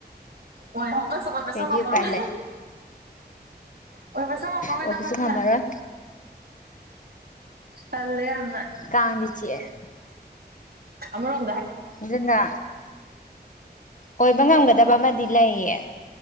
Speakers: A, on the right (about 65°); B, on the left (about 50°).
A: ꯑꯣꯏ ꯍꯧꯗꯁꯨ ꯑꯣꯏꯕꯁꯨ
B: ꯀꯩꯗꯤ
A: ꯉꯝꯃꯔꯣꯏ
B: ꯎꯄꯥꯏ ꯂꯩ
A: ꯑꯣꯏꯕꯁꯨ ꯉꯝꯃꯔꯣꯏꯗꯕꯅꯤꯅ
B: ꯑꯣꯏꯕꯁꯨ ꯉꯝꯃꯔꯣꯏ
A: ꯇꯜꯂꯦ ꯌꯥꯝ
B: ꯀꯥꯡꯖꯨ ꯆꯤꯛꯑꯦ
A: ꯑꯃꯔꯣꯝ
B: ꯑꯗꯨꯅ ꯑꯣꯏꯕ ꯉꯝꯒꯗꯕ ꯑꯃꯗꯤ ꯂꯩꯌꯦ